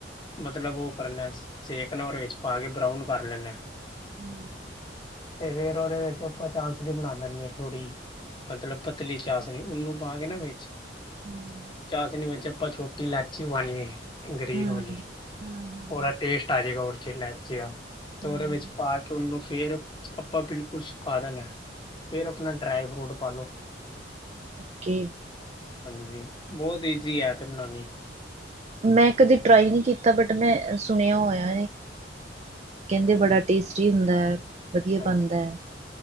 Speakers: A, on the left (about 25°); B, on the right (about 35°).
A: ਮਤਲਬ ਓ ਕਰਨਾ ਸੇਕਨਾ ਔਰ 'ਚ ਪਾ ਕੇ ਬਰਾਉਨ ਕਰ ਲੈਨਾ।
B: ਹੂੰ
A: ਤੇ ਫਿਰ ਓਦੇ ਵਿੱਚ ਆਪਾਂ ਚਾਂਸਨੀ ਬਣਾ ਲੈਂਨੀ ਆਂ ਥੋੜੀ ਮਤਲਬ ਪਤਲੀ ਚਾਸ ਉਹਨੂੰ ਪਾ ਕੇ ਨਾ ਵਿੱਚ
B: ਹਮ।
A: ਚਾਸਨੀ ਵਿੱਚ ਆਪਾਂ ਛੋਟੀ ਲਾਚੀ ਬਣੀਏ। ਗ੍ਰਰੀਨ
B: ਹਮ
A: ਵਾਲੀ,
B: ਹਮ।
A: ਉਹਦਾ ਟੇਸਟ ਆ ਜਾਏਗਾ ਉਰਚ ਇਲਾਇਚੀ ਦਾ ਤੇ
B: ਹਮ
A: ਉਹਦੇ ਵਿੱਚ ਪਾ ਉਹਨੂੰ ਫਿਰ ਆਪਾਂ ਬਿਲਕੁਲ ਸੁਕਾ ਦੇਣਾ ਆ ਫਿਰ ਆਪਣਾ ਡਰਾਈ ਫਰੂਟ ਪਾ ਲਓ।
B: ਓਕੇ।
A: ਹਾਂਜੀ ਬਹੁਤ ਈਜ਼ੀ ਐ ਤੇ ਬਣਾਣੀ
B: ਮੈਂ ਕਦੇ ਟਰਾਈ ਨਹੀਂ ਕੀਤਾ ਬਟ ਮੈਂ ਸੁਣਿਆ ਹੋਇਆ, ਕਹਿੰਦੇ
A: ਹਾਂਜੀ
B: ਬੜਾ ਟੇਸਟੀ ਹੁੰਦਾ ਐ, ਵਧੀਆ
A: ਹਾਂਜੀ
B: ਬਣਦਾ ਐ।